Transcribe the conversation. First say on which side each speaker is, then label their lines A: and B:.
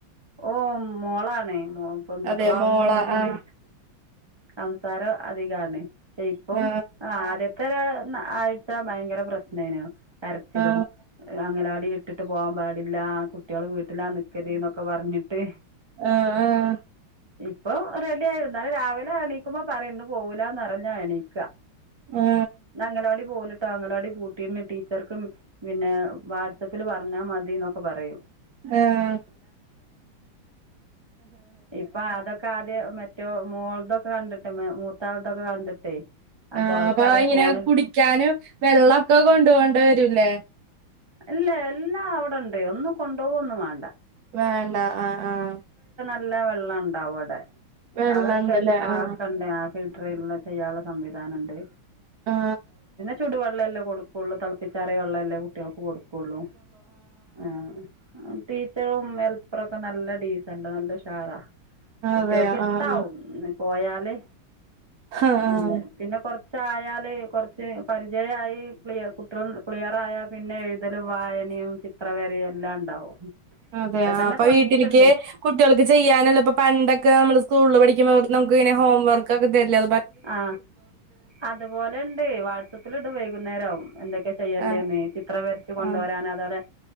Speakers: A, on the right; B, on the right.
A: ഓ മോളാാണ്ോ പെൺകുട്ടികള
B: അതെ
A: ആാവുമ്പോ
B: മോള
A: ഒന്ന കൂടി
B: ആ
A: സംസാര അധികാണ് പെ ഇപ്പം
B: ആ
A: ആദ്യത്തെ ആഴ്ച ഭയങ്കര പ്രശ്നേന തരച്ചിലും
B: ആ ആ
A: അങ്ങനൊടി ഇട്ടിട്ട് പോകാൻ പാടില്ല കുട്ടികൾ വീട്ടിലാ നിക്കതൊക്ക ഒക്കെ പറഞ്ഞിട്ട്
B: ആഹ ആഹ
A: ഇപ്പൊ റെഡി ആയി എന്നാല രാവിലെ എണീക്കുമ്പോ പറയും ഇന്ന് പോകലന്ന് പറഞ്ഞാ എണീക്ക
B: ആ
A: ഞങ്ങള അവിടെ പോല താങ്ങലാടി പൂട്ടീന് ടീച്ചർക്കും പിന്നെ വാട്സആപ്പിൽ പറഞ്ഞാൽ മതി എന്നൊക്കെ പറയൂ
B: ആഹ
A: ഇ അൊെ ക്കാദ്യ മറ്റോ മോളതൊക്കെ കണ്ടിട്ട് മൂത്താളതൊക്കെ കണ്ടിട്ടേ
B: ആഹ
A: അവൾക്കറിയാ
B: അപ്പൊ ഇങ്ങനെ
A: ഫോണിൽ
B: കുടിക്കാനും വെള്ളമൊക്കെ കൊണ്ട പോോണ്ട വരൂല്ലേ
A: ഇല്ല എല്ലാ അവിടെണ്ട് ഒന്നും കൊണ്ടുപോക ഒന്നും വേണ്ട
B: വേണ്ട ആഹ ആഹ
A: എല്ല വെള്ളം ഉണ്ട അവിടെ
B: വെള്ളം
A: അതൊക്കെ
B: ഉണ്ടല്ലേ
A: ആക്കണ്ട
B: ആ
A: ഫ ചെയ്യാനുള്ള സംവിധാനംുണ്ട്ൗെ
B: ആ
A: ചടുവ വെള്ളല്ലേ കൊടുക്കുള്ളൂ തിളപ്പിച്ചാറിയ വെള്ളമല്ലേ കുട്ടികൾക്ക് കൊടുക്കുള്ളൂ ആ ടീച്ചറും എൽപ്പറൊക്കെ നല്ല ഡീസന്റ് നല്ല ഷാറാ
B: അതെയോ
A: കുട്ടികൾക്ക് ഇഷ്ടവും
B: ആ ആ
A: പോയാല്
B: ആ
A: നല്ലേ
B: ആ
A: പിന്നെ കൊറച്ച് കുച്ചായാല് കുറച്ച് പരിചയമായി കുട്ടികള ക്ലിയർ ആായാ പിന്നെ എഴുതലും വായനയും ചിത്രവേരയും എല്ലാം ഉണ്ടാവും
B: അതെയ
A: ഇപ്പ തന്നെ
B: അപ്പൊ
A: തൊടങ്ങിയിട്ടുണ്ട്
B: വീട്ടിലേക്ക് കുട്ടികൾക്ക് ചെയ്യാനുള്ള ഇപ്പൊ പണ്ടൊക്കെ നമ്മള് സ്കൂളിൽ പഠിക്ക നമക്ക് ഇെ ഹോം വർക്ക് ഒക്കെ തരില്ല
A: ആ അതുപോലെ ഉണ്ട് വാട്്സപ്പിൽ ഇണ്ട് വൈകുന്നേര ആവും എന്തൊക്കെ ചെയ്യണ്ടന്ന്
B: ആ
A: ചിത്ര വരച്ചു കൊണ്ടുവരാാന
B: ആ
A: അതോെ